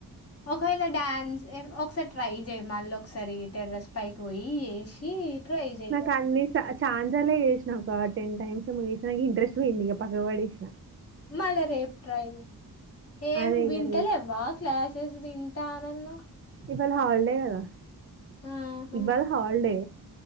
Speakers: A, on the left (about 40°); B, on the right (about 35°).
A: ఒకవేళ డాన్స్ ఒకసారి ట్రై చేయి మళ్ళీ ఒకసారి టెర్రస్ పైకి పోయి ట్రై చేయి.
B: నాకు అన్ని స ఛాన సార్లు చేేసినా ఒక టెన్ టైమ్స్ చేసిన ఇంట్రెస్ట్ పోయింది. ఇగా పక్కకు పడి వేసిన
A: మళ్ళ రేపు ట్రై చేయి ఏం
B: అదే ఇగ
A: తింటలేవ్వ
B: రేపు
A: క్లాసెస్ వింటా ఆన్నవు
B: ఇవాళ హాల్డే గాద
A: ఆహా!
B: ఇవాళ హల్డే